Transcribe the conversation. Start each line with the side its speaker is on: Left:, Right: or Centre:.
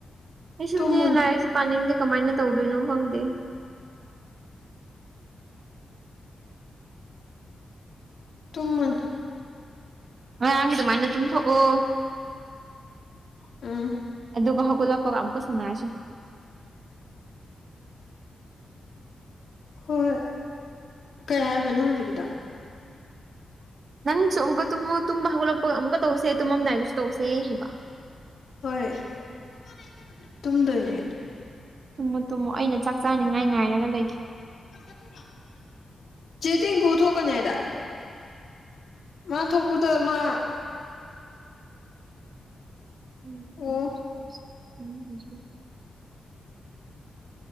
Right: ꯑꯩꯁꯨꯅꯦ
Left: ꯇꯨꯝꯃꯅꯤ
Right: ꯂꯥꯏꯔꯤꯛꯥꯏꯁꯨ ꯄꯥꯅꯤꯡꯗꯦ ꯀꯃꯥꯏꯅ ꯇꯧꯗꯣꯏꯅꯣ ꯈꯪꯗꯦ꯫
Left: ꯇꯨꯨꯝꯃꯅꯤ꯫
Right: ꯉꯣꯏꯔꯥꯡꯒꯤ ꯑꯗꯨꯃꯥꯏꯅ ꯑꯗꯨꯝ ꯊꯣꯛꯑꯣ꯫
Left: ꯎꯝ꯫
Right: ꯑꯗꯨꯒ ꯍꯧꯒꯠꯂꯥꯛꯄꯒ ꯑꯃꯨꯛꯀ ꯁꯥꯟꯅꯔꯁꯦ꯫
Left: ꯍꯣꯏ ꯀꯩ ꯍꯥꯏꯕꯅꯣ ꯍꯧꯖꯤꯛꯀꯤꯗꯣ
Right: ꯅꯪꯁꯨ ꯑꯃꯨꯛ ꯇꯨꯝꯃꯨ ꯇꯨꯝꯕ ꯍꯧꯒꯠꯂꯛꯄꯒ ꯑꯃꯨꯛ ꯇꯧꯁꯦ ꯇꯨꯝꯃꯝꯗꯥꯏꯗꯁꯨ ꯇꯧꯁꯦ ꯍꯥꯏꯕ
Left: ꯍꯣꯏ <unintelligible> ꯇꯨꯝꯗꯣꯏꯅꯦ
Right: ꯇꯨꯝꯃꯨ ꯇꯨꯝꯃꯨ ꯑꯩꯅ ꯆꯥꯛ ꯆꯥꯅꯤꯡꯉꯥꯏ ꯉꯥꯏꯔꯒ ꯂꯩꯒꯦ
Left: <unintelligible> ꯆꯦꯇꯤꯡꯀꯨ ꯊꯣꯛꯀꯅꯦꯗꯥꯢ ꯃꯥ ꯊꯣꯛꯄꯗ ꯃꯥ
Right: <unintelligible>
Left: ꯑꯣ